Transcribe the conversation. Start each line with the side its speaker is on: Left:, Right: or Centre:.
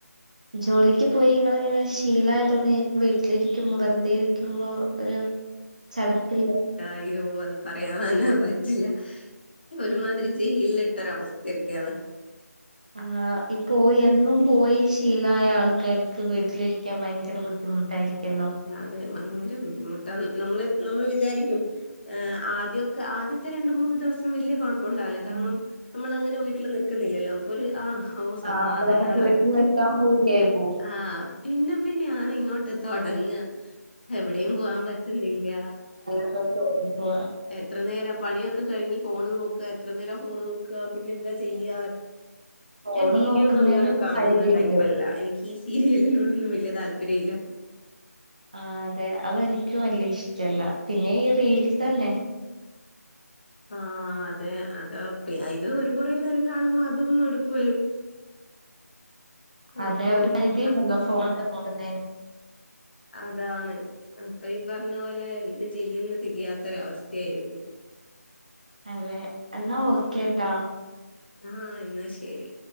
Right: ജോലിക്ക് പോയി നിങ്ങളിങ്ങനെ ശീലായതോണ്ട് വീട്ടിലിരിക്കുബോ വെറുതെ ഇരിക്കുമ്പോ ഒരു ചടപ്പില്ല
Left: അയോ അത് പറയാന പറ്റില്ല ഒരുമാതിരി ജയിലില്ട്ടരു അവസ്ഥയൊക്കെയാണ്
Right: ആഹ് ഇപ്പോയി എന്നും പോയി ശീലായ ആൾക്കാര്ക്ക് വീട്ടിലിരിക്കാൻ ഭയങ്കര ബു ദ്ധി മുട്ടായിരിക്കലോ
Left: അതെ ഭയങ്കര ബുദ്ധിമുട്ടാ നമ്മള് നമ്മള് വിചാരിക്കും എഹ് ആദ്യക്കെ ആദ്യത്തെ രണ്ട മൂന്ന് ദിവസം വല്യ കുഴ ഉണ്ടാവില്ല കാരണം
Right: ഉം
Left: നമ്മളങ്ങനെ വീട്ടിൽ നിക്കുന്നില്ലല്ലോ അപ്പൊ ഒരു ആഹ് ഓഹ് സമാധാന
Right: ആഹ് അപ്പൊ നമുക്ക് വീട്ടിൽ
Left: റസ്റ്റ്‌
Right: നിക്കാൻ പൂതിയായി പോവും
Left: ആഹ് പിന്നെ പിന്നെയ ആണ് ഇങ്ങോട്ട് തുടങ്ങ എവിടെയും പോവാൻ പറ്റുന്നില്ല
Right: <unintelligible> പോവാ
Left: എത്ര നേര പണിയൊക്കെ കഴിഞ്ഞ് ഫോണ് നോക്ക എത്ര നേരം ഫോണ് നോക്ക പിന്നെ എന്താ ചെയ്യാ
Right: <inaudible> ഫോണ്
Left: ഞാൻ ടി
Right: നോക്കുന്നതിന്
Left: വി ഒന്നും അങ്ങനെ
Right: ഒരു
Left: കാണുന്ന
Right: പരിധിയുണ്ട്
Left: ടൈപ്പല്ല എനിക്ക് ഈ സീരിയലിനോടൊന്നും വലിയ താല്പര്യ ഇല്ല
Right: ആഹ് അതെ അതെനിക്കു വല്യ ഇഷ്ടല്ല പിന്നെ ഈ റീൽസന്നെ
Left: ആഹ് അതെ അതാ ഇത് ഒരു കുരെ നേരം കാണുമ്പോ അതും മടുപ്പ് വരും
Right: അതെ
Left: അപ്പം
Right: ഒരു പരിധിണ്ടല്ലോ
Left: അ-
Right: ഫോണൊക്കെ നോക്കുന്നെന്
Left: അതാണ് അപ്പൊ ഈ പറഞ്ഞ പോലെ എന്ത് ചെയ്യന്ന് തിരിയാത്തൊരവസ്ഥയായിരിക്കും
Right: അതെ എന്നാ ഓക്കേട്ടാ
Left: ആഹ് എന്നാ ശരി